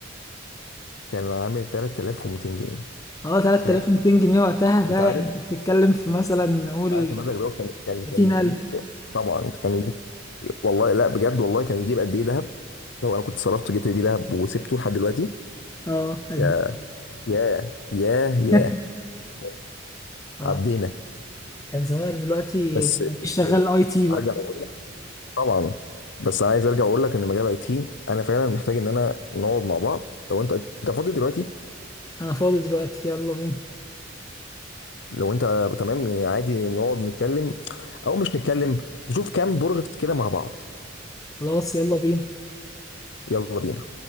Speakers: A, on the left; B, on the left.
A: كان عامل 3200 جنيه
B: اه 3200
A: ساعتها
B: جنيه وقتها
A: انت
B: ده يعني
A: عارف
B: انت بتتكلم في مثلا نقول
A: عارف المبلغ ده كان كان
B: 30000
A: كان يجيب طبعا كان يجيب والله لا بجد والله كان يجيب قد ايه ذهب لو انا كنت صرفت جبت بيه ذهب وسبته لحد دلوقتي
B: اه قد
A: يا
B: ايه
A: يا يا يا
B: <laughs>
A: كان
B: اه
A: عدينا
B: كان زمانك دلوقتي
A: بس بس
B: مش شغال اي تي بقى
A: ارجع اقول طبعا بس انا عايز ارجع واقول لك ان مجال اي تي انا فعلا محتاج ان انا نقعد مع بعض لو انت انت فاضي دلوقتي
B: انا فاضي دلوقتي يلا بينا
A: لو انت تمام يعني عادي نقعد نتكلم او مش نتكلم نشوف كام بروجكت كده مع بعض
B: خلاص يلا بينا
A: يلا بينا